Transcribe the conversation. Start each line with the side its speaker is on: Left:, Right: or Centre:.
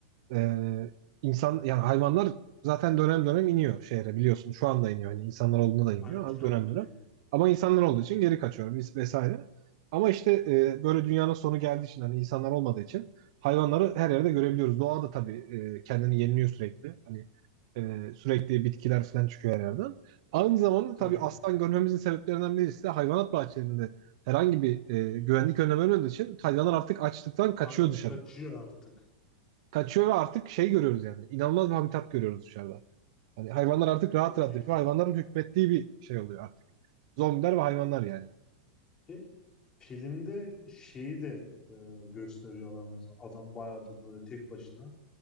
Right: Ee, insan yani hayvanlar zaten dönem dönem iniyor şehre biliyorsun. Şu anda iniyor. Hani insanlar olduğunda da iniyor
Left: Aynen şu
Right: ama dönem
Left: anda
Right: dönem.
Left: deniyor.
Right: Ama insanlar olduğu için geri kaçıyor biz vesaire. Ama işte e, böyle dünyanın sonu geldiği için hani insanlar olmadığı için hayvanları her yerde görebiliyoruz. Doğa da tabii e, kendini yeniliyor sürekli. Hani e, sürekli bitkiler falan çıkıyor her yerden. Aynı zamanda
Left: Tabii
Right: tabii aslan
Left: ki.
Right: görmemizin sebeplerinden birisi de hayvanat bahçelerinde herhangi bir e, güvenlik önlemi olmadığı için hayvanlar artık açlıktan kaçıyor
Left: Hayvan
Right: dışarı
Left: kaçıyor artık.
Right: kaçıyor ve artık şey görüyoruz yani. İnanılmaz bir habitat görüyoruz dışarıda. Hani hayvanlar artık rahat
Left: Çok
Right: rahat
Left: iyi
Right: yaşıyor.
Left: ya.
Right: Hayvanların hükmettiği bir şey oluyor artık. Zombiler ve hayvanlar yani.
Left: Ve Filmde şeyi de eee, gösteriyorlar mesela. Adam bayağıdır böyle tek başına.